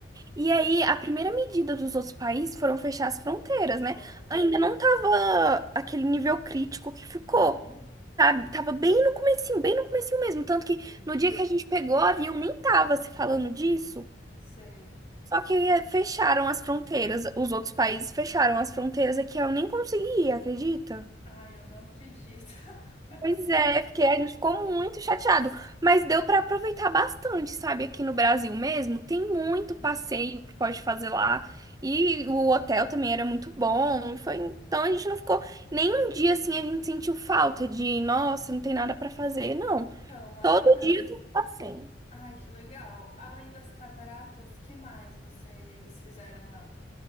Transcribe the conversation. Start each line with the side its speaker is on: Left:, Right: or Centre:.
Right: e aí a primeira medida dos outros países foram fechar as fronteiras,
Left: Foi.
Right: né? Ainda não tava aquele nível crítico que ficou
Left: Uhum.
Right: sabe? Tava bem no comecinho, bem no comecinho mesmo. Tanto que
Left: Sim.
Right: no dia que a gente pegou o avião, nem tava se falando disso.
Left: Sei.
Right: Só que eh, fecharam as fronteiras, os outros países fecharam as fronteiras aqui, eu nem consegui ir, acredita?
Left: Ai, eu não acredito. <laughs>
Right: Pois é, porque a gente ficou muito chateado, mas deu pra aproveitar bastante, sabe? Aqui no Brasil mesmo, tem muito
Left: Uhum.
Right: passeio que pode fazer lá, e o hotel também era muito bom, foi, então a gente não ficou, nem um dia assim a gente sentiu falta de, nossa, não tem nada pra fazer, não.
Left: Então, além
Right: Todo
Left: das
Right: dia tem um passeio.
Left: Ai, que legal. Além das cataratas, que mais vocês fizeram lá?